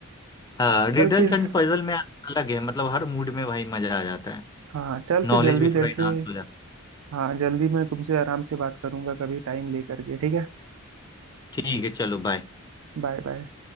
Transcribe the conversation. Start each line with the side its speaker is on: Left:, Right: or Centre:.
Left: हाँ रिडल्स
Right: चल फिर
Left: एंड पजल में अलग है मतलब हर मूड में भाई मजा आ जाता है
Right: हाँ चल
Left: नॉलेज
Right: फिर जल्दी
Left: भी थोड़ा
Right: तेरे
Left: इनहांस
Right: से
Left: हो जाता
Right: हाँ जल्दी मैं तुमसे आराम से बात करूंगा कभी टाइम लेकर के ठीक है
Left: है ठीक है चलो बाय
Right: Bye bye